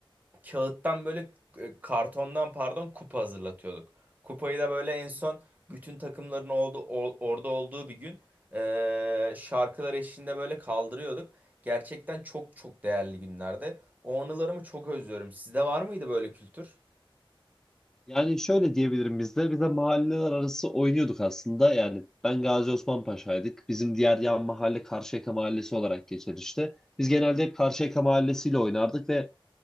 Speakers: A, on the right; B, in the centre.
A: kağıttan böyle e, kartondan pardon kupa hazırlatıyorduk. Kupayı da böyle en son bütün takımların oldu o- orada olduğu bir gün e, şarkılar eşliğinde böyle kaldırıyorduk. Gerçekten çok çok değerli günlerde. O anılarımı çok özlüyorum. Sizde var mıydı böyle kültür?
B: Yani şöyle diyebilirim biz de biz de mahalleler arası oynuyorduk aslında. Yani ben Gazi Osman Paşa'ydık. Bizim diğer yan mahalle Karşıyaka Mahallesi olarak geçer işte. Biz genelde hep Karşıyaka Mahallesi'yle oynardık ve